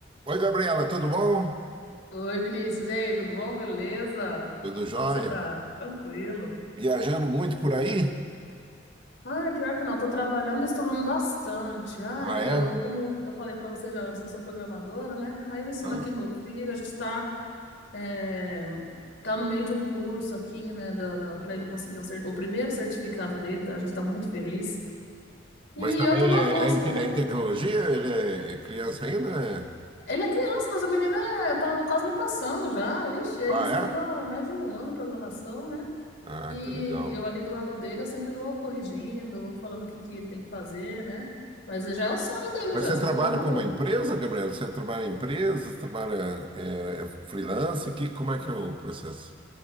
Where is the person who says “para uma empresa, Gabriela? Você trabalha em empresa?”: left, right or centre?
Right